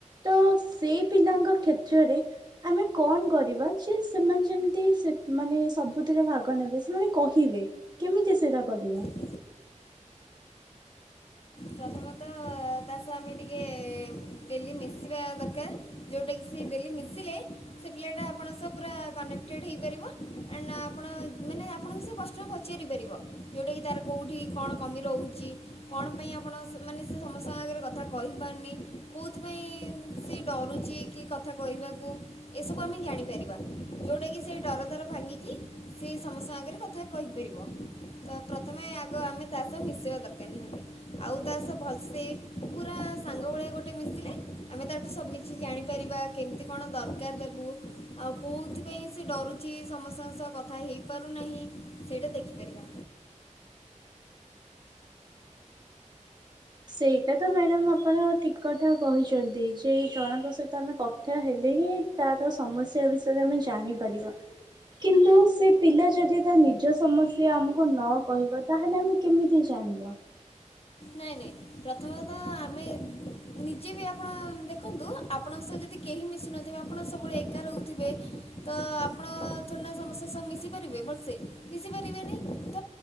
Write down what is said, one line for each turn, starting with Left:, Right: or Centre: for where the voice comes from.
Right: ତ ସେଇ ପିଲାଙ୍କ କ୍ଷେତ <unintelligible> ଆମେ କଣ କରିବା ଯେ ସେମାନେ ଯେମିତି ମାନେ ସବୁଥିରେ ଭାଗ ନେବେ ସେମାନେ କହିବେ। କେମିତି ସେଟା କରିବ?
Left: ଆ ପ୍ରଥମତଃ ତା ସହ ଆମେ ଟିକେ ଡେଲି ମିଶିବା ଦରକାର ଯେଉଁଟା କିି ସେ ଡେଲି ମିଶିଲେ ସେ ପିଲା ଟା ଆପଣଙ୍କ ସହ ପୁରା କନେକ୍ଟେଡ଼୍ ହେଇପାରିବ ଆଣ୍ଡ୍ ଆପଣ ମାନେ ଆପଣଙ୍କୁ ସେ ପ୍ରଶ୍ନ ପଚାରିପାରିବ। ଯୋଉଟା କିି ତାର କୋଉଠି କଣ କମି ରହୁଛି କଣ ପାଇଁ ଆପଣଙ୍କ ସେ ମାନେ ସେ ସମସ୍ତଙ୍କ ଆଗରେ କଥା କହିପାରୁନି କେଉଁଥିପାଇଁ ସେ ଡରୁଛି କି କଥା କହିବାକୁ। ଏସବୁ ଆମେ ଜାଣିପାରିବା ଯୋଉଟା କି ସେଇ ଡର ତାର ଭାଙ୍ଗିକି ସେ ସମସ୍ତଙ୍କ ଆଗରେ କଥା। କହିପାରିବ ତ ପ୍ରଥମେ ଆଗ ଆମେ ତା ସହ ମିଶେବା ଦରକାର ନିହାତି ଆଉ ତା ସହ। ଭଲସେ ପୁରା ସାଙ୍ଗ ଭଳିଆ ଗୋଟେ ମିଶିଲେ ଆମେ ତାଠୁ ସବୁ କିଛି ଜାଣିପାରିବା କେମିତି। କଣ ଦରକାର ତାକୁ ଆଉ କୋଉଥିପାଇଁ ସେ ଡରୁଛି ସମସ୍ତଙ୍କ ସହ କଥା ହେଇପାରୁନାହିଁ। ସେଇଟା ଦେଖି ପାରିବା।
Right: ସେଇଟା ତ ମ୍ୟାଡାମ ଆପଣ ଠିକ କଥା କହିଛନ୍ତି ଯେ ଜଣଙ୍କ ସହିତ ଆମେ କଥ୍ କଥା ହେଲେ ହିଁ ତାର ସମସ୍ୟା ବିଷୟରେ ଆମେ ଜାଣିପାରିବା। କିନ୍ତୁ ସେ ପିଲା ଯଦି ତା ନିଜ ସମସ୍ୟା ଆମକୁ ନ କହିବ। ତାହେଲେ ଆମେ କେମିତି ଜାଣିବା।
Left: ନାଇଁ ନାଇଁ ପ୍ରଥମେ ତ ଆମେ। ନିଜେ ବି ଆପଣ ଦେଖନ୍ତୁ ଆପଣଙ୍କ ସହ ଯଦି କେହି ମିଶୁନଥିବେ ଆପଣ ସବୁବେଳେ ଏକା ରହୁଥିବେ। ତ ଆପଣ ଥୋଡି ନା ସମସ୍ତଙ୍କ ସହ ମିଶି ପାରିବେ ଭଲଷେ ମିଶି ପାରିବେନି ତ